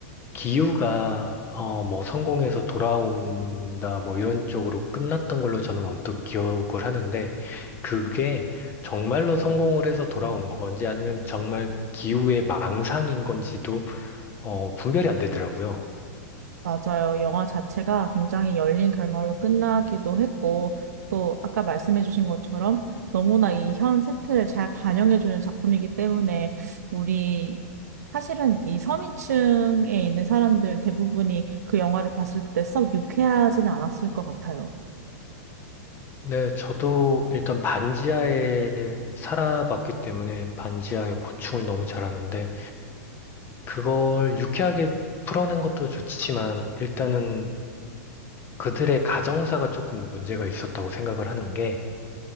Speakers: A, on the left; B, on the right.
A: 기우가 어 뭐 성공해서 돌아온다 뭐 이런 쪽으로 끝났던 걸로 저는 언뜻 기억을 하는데 그게 정말로 성공을 해서 돌아온 건지 아니면 정말 기우의 망상인 건지도 어 분별이 안 되더라고요.
B: 맞아요. 영화 자체가 굉장히 열린 결말로 끝나기도 했고, 또 아까 말씀해주신 것처럼 너무나 이 현 세태를 잘 반영해주는 작품이기 때문에 우리 사실은 이 서민층에 있는 사람들 대부분이 그 영화를 봤을 때 썩 유쾌하지는 않았을 것 같아요.
A: 네, 저도 일단 반지하에 살아봤기 때문에 반지하의 고충을 너무 잘 아는데 그걸 유쾌하게 풀어낸 것도 좋지만 일단은 그들의 가정사가 조금 문제가 있었다고 생각을 하는 게,